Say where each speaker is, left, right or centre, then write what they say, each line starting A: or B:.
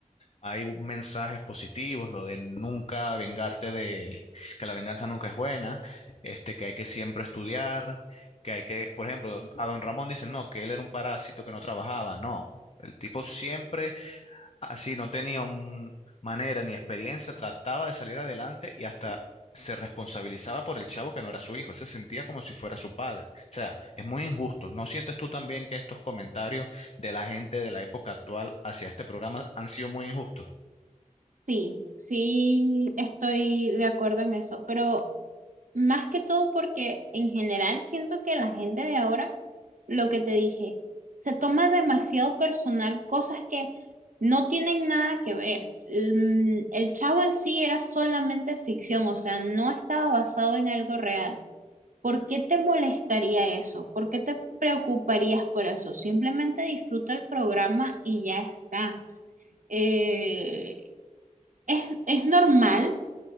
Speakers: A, on the left; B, on the right.
A: hay mensajes positivos, lo de nunca vengarte de, que la venganza nunca es buena, este, que hay que siempre estudiar, que hay que, por ejemplo, a don Ramón dicen, no, que él era un parásito que no trabajaba, no. El tipo siempre Así no tenía un- manera ni experiencia, trataba de salir adelante y hasta se responsabilizaba por el chavo que no era su hijo. Él se sentía como si fuera su padre. O sea, es muy injusto. ¿No sientes tú también que estos comentarios de la gente de la época actual hacia este programa han sido muy injustos?
B: Sí, sí estoy de acuerdo en eso, pero más que todo porque en general siento que la gente de ahora, lo que te dije, se toma demasiado personal cosas que no tienen nada que ver. Mm, El chavo en sí era solamente ficción, o sea, no estaba basado en algo real. ¿Por qué te molestaría eso? ¿Por qué te preocuparías por eso? Simplemente disfruta el programa y ya está. Eh, es, es normal